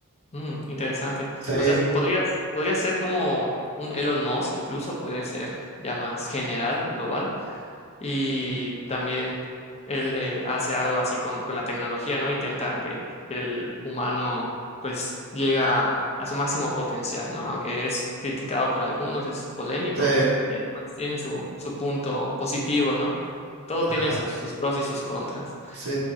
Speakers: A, on the left (about 30°); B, on the right (about 75°).
A: Mm, interesante.
B: Sí,
A: O sea, podrías, podría ser como un Elon Musk, incluso puede ser ya más general, global y también él, él hace algo así con, con la tecnología, ¿no? Intenta que el humano pues llega a su máximo potencial, ¿no? Aunque es criticado por algunos, es polémico,
B: sí,
A: pero pues tiene su, su punto positivo, ¿no? Todo
B: ajá,
A: tiene sus, sus pros y sus contras.
B: sí,